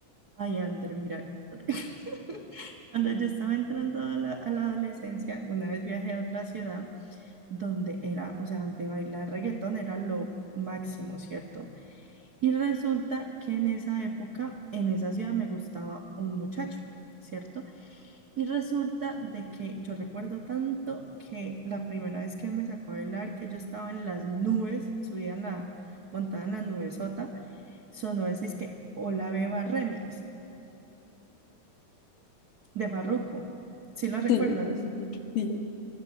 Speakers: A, on the right; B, on the left.
A: Ay, André, mira. <laughs> Cuando yo estaba entrando a la, a la adolescencia, una vez viajé a otra ciudad. donde era, o sea, donde bailar reggaetón era lo máximo, ¿cierto? Y resulta que en esa época, en esa ciudad me gustaba un muchacho, ¿cierto? Y resulta de que yo recuerdo tanto que la primera vez que él me sacó a bailar, que yo estaba en las nubes, subía en la, montada en la nube sota, sonó decís que Hola Beba Remix de Farruko. ¿Sí lo recuerdas?
B: Sí, sí, sí, sí.